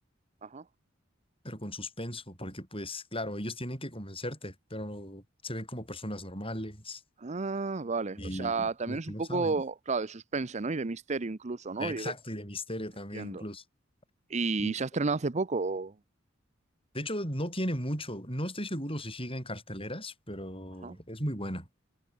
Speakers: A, on the right (about 35°); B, on the left (about 30°).
A: ajá.
B: pero con suspenso, porque pues claro, ellos tienen que convencerte, pero se ven como personas normales
A: Ah, vale.
B: y
A: O sea, también
B: los
A: es
B: que
A: un
B: no
A: poco,
B: saben.
A: claro, de suspense, ¿no? Y de misterio incluso, ¿no?
B: Exacto,
A: Y-
B: y de misterio también
A: Entiendo.
B: incluso.
A: ¿Y
B: Y
A: se ha estrenado hace poco? o-
B: De hecho, no tiene mucho. No estoy seguro si sigue en carteleras, pero
A: Ajá.
B: es muy buena.